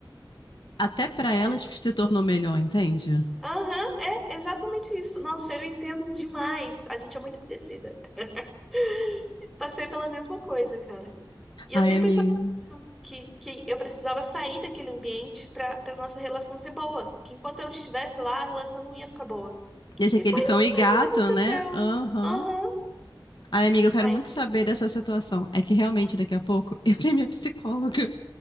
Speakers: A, on the left; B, in the centre.
A: até pra
B: É.
A: elas se tornou melhor, entende?
B: Aham, é exatamente isso. Nossa, eu entendo demais. A gente é muito parecida. <laughs> Passei pela mesma coisa, cara. E
A: Ai,
B: eu sempre
A: amiga.
B: falei isso, que, que eu precisava sair daquele ambiente pra para nossa relação ser boa. Que enquanto eu estivesse lá, a relação não ia ficar boa.
A: Esse
B: E
A: é aquele
B: foi
A: cão
B: isso
A: e gato,
B: mesmo que aconteceu.
A: né? Aham.
B: Aham.
A: Ai, amiga, eu quero
B: Ai,
A: muito
B: incrível.
A: saber dessa situação. É que realmente daqui a pouco <laughs> eu tenho minha psicóloga.